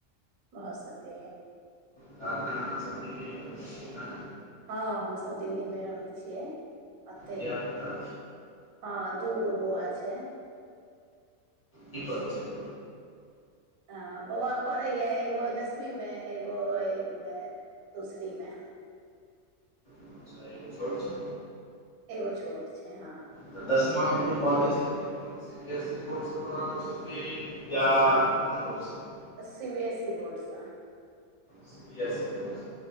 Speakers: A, on the right; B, on the left.
A: भऽ सकैया।
B: त अखन अहाँ सब दिल्ली मे रहै छियै ना।
A: हां हम सब दिल्ली मे रहै छियै ओते।
B: धिया पुता
A: हां दूगो बौअवा छै।
B: की करै छै।
A: हां बौअवा पढ़ैया, एगो अय दसवी मे, एगो अय मे दूसरी मे।
B: अच्छा एगो छोट छै।
A: एगो छोट छै हां।
B: तऽ दसमा मे जे पढ़ै छथिन उ कुन C B S C board सँ कऽ रहल छथिन या कुन बोर्ड से।
A: C B S C board से।
B: C B S C board से।